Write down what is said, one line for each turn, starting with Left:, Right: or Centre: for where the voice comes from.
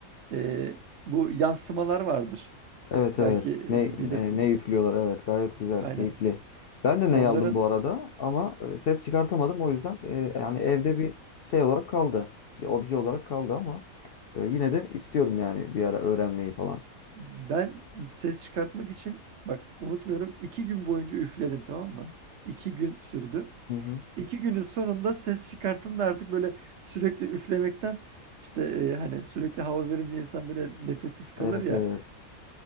Right: E, bu yansımalar vardır.
Left: Evet
Right: Belki
Left: evet.
Right: e,
Left: Ne
Right: bilirsin.
Left: e, ne üflüyorlar. Evet. Gayet güzel,
Right: Aynen.
Left: keyifli. Ben de
Right: Onların
Left: ney aldım bu arada ama e, ses çıkartamadım. O yüzden e, yani evde bir şey olarak kaldı. Bir obje olarak kaldı ama e, yine de istiyorum yani bir ara öğrenmeyi falan.
Right: Ben ses çıkartmak için bak unutmuyorum iki gün boyunca üfledim tamam mı? İki gün sürdü.
Left: Hı hı.
Right: İki günün sonunda ses çıkarttım da artık böyle sürekli üflemekten işte e, hani sürekli hava verince insan böyle nefessiz kalır
Left: Evet
Right: ya
Left: evet.